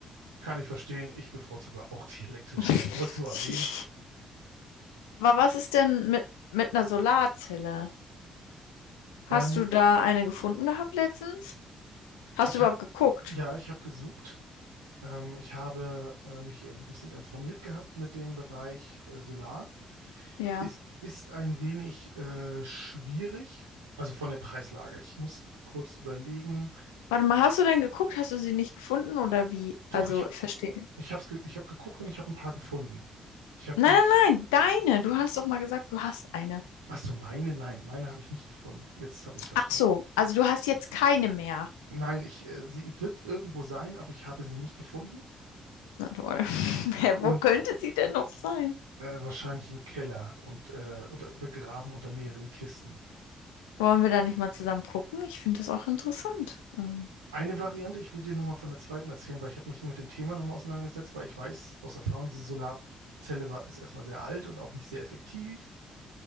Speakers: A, on the right; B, on the left.
A: Kann ich verstehen. Ich bevorzuge auch die elektrische.
B: <laughs>
A: Ich wollte es nur erwähnen.
B: Aber was ist denn mit, mit einer Solarzelle? Hast
A: Ähm,
B: du da eine gefunden gehabt letztens? Hast
A: ich
B: du überhaupt
A: habe
B: geguckt?
A: ja, ich habe gesucht. Ähm, ich habe äh, mich ein bisschen informiert gehabt mit dem Bereich äh, Solar.
B: Ja.
A: Es ist ein wenig äh, schwierig, also von der Preislage. Ich muss k- kurz überlegen.
B: Warte mal, hast du denn geguckt? Hast du sie nicht gefunden oder wie?
A: Doch,
B: Also,
A: ich
B: ich verstehe.
A: Ich hab's ge ich hab geguckt und ich habe ein paar gefunden. Ich habe
B: Nein,
A: ge
B: nein, nein, deine. Du hast doch mal gesagt, du hast eine.
A: Ach so, meine, nein, meine habe ich nicht gefunden. Jetzt habe ich es verstanden.
B: Ach so, also du hast jetzt keine mehr.
A: Nein, ich, äh, sie wird irgendwo sein, aber ich habe sie nicht gefunden
B: Na toll. <laughs> Hä,
A: und
B: wo könnte sie denn noch sein?
A: äh, wahrscheinlich im Keller und äh, unter, begraben unter mehreren Kisten.
B: Wollen wir da nicht mal zusammen gucken? Ich finde das auch interessant. Ähm,
A: Eine Variante, ich will dir nur mal von der zweiten erzählen, weil ich habe mich mit dem Thema nochmal auseinandergesetzt, weil ich weiß aus Erfahrung, diese Solarzelle war, ist erstmal sehr alt und auch nicht sehr effektiv.